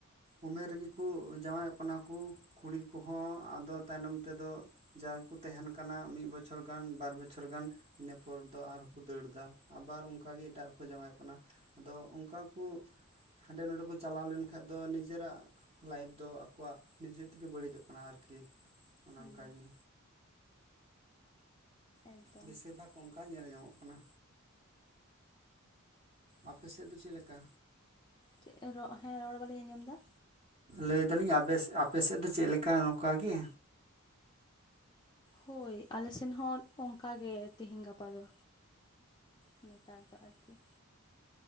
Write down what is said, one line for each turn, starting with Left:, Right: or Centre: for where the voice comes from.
Right: ᱩᱢᱮᱨ ᱨᱮᱜᱮ ᱠᱚ ᱡᱟᱶᱟᱭᱚᱜ ᱠᱟᱱᱟ ᱠᱚ ᱠᱩᱲᱤ ᱠᱚᱦᱚᱸ ᱟᱫᱚ ᱛᱟᱭᱱᱚᱢ ᱛᱮᱫᱚ ᱡᱟᱜᱮᱠᱚ ᱛᱟᱦᱮᱱ ᱠᱟᱱᱟ ᱢᱤᱫ ᱵᱚᱪᱷᱚᱨ ᱜᱟᱱ ᱵᱟᱨ ᱵᱚᱪᱷᱚᱨ ᱜᱟᱱ ᱤᱱᱟᱹᱯᱚᱨ ᱫᱚ ᱟᱨ ᱠᱚ ᱫᱟᱹᱲ ᱫᱟ ᱟᱵᱟᱨ ᱚᱱᱠᱟᱜ ᱜᱮ ᱮᱴᱟᱜ ᱨᱮᱠᱚ ᱡᱟᱶᱟᱭᱚᱜ ᱠᱟᱱᱟ ᱟᱫᱚ ᱚᱱᱠᱟ ᱠᱚ ᱦᱟᱸᱰᱮ ᱱᱚᱰᱮ ᱠᱚ ᱪᱟᱞᱟᱣ ᱞᱮᱱᱠᱷᱟᱡ ᱫᱚ ᱱᱤᱡᱮᱨᱟᱜ ᱞᱟᱭᱤᱯᱷ ᱫᱚ ᱟᱠᱚᱣᱟᱜ ᱱᱤᱡᱮ ᱛᱮᱜᱮ ᱵᱟᱹᱲᱤᱡᱚᱜ ᱠᱟᱱᱟ ᱟᱨᱠᱤ ᱚᱱᱮ
Left: ᱦᱮᱸ
Right: ᱚᱱᱠᱟᱜᱤ,
Left: ᱮᱠᱫᱚᱢ
Right: ᱵᱮᱥᱤᱨ ᱵᱷᱟᱜᱽ ᱚᱱᱠᱟ ᱧᱮᱞ ᱧᱟᱢᱚᱜ ᱠᱟᱱᱟ, ᱟᱯᱮ ᱥᱮᱫ ᱫᱚ ᱪᱮᱫ ᱞᱮᱠᱟ?
Left: ᱪᱮᱫ ᱦᱮᱸ ᱨᱚᱲ ᱵᱟᱞᱤᱧ ᱟᱸᱡᱚᱢ ᱫᱟ?
Right: ᱞᱟᱹᱭᱫᱟᱞᱤᱧ ᱟᱯᱮ ᱥᱮᱫ ᱫᱚ ᱪᱮᱫᱞᱠᱟ ᱱᱚᱝᱠᱟ ᱜᱮ?
Left: ᱦᱳᱭ ᱟᱞᱮᱥᱮᱱ ᱦᱚᱸ ᱚᱱᱠᱟ ᱜᱮ ᱛᱤᱦᱮᱧ ᱜᱟᱯᱟ ᱫᱚ ᱱᱮᱛᱟᱨ ᱫᱚ ᱟᱨᱠᱤ ᱾